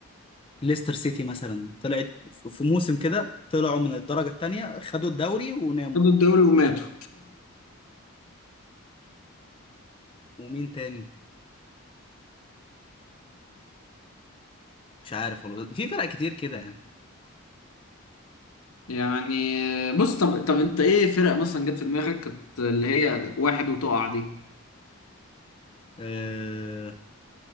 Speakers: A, on the left; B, on the left.
A: ليستر سيتي مثلا طلعت في موسم كده طلعوا من الدرجه الثانيه خدوا الدوري وناموا
B: خدوا الدوري وماتوا
A: ومين تاني مش عارف والله في فرق كتير كده يعني
B: <laughs> يعني بص طب طب انت ايه فرق مثلا جت في دماغك كانت اللي هي واحد وتقع دي
A: آه،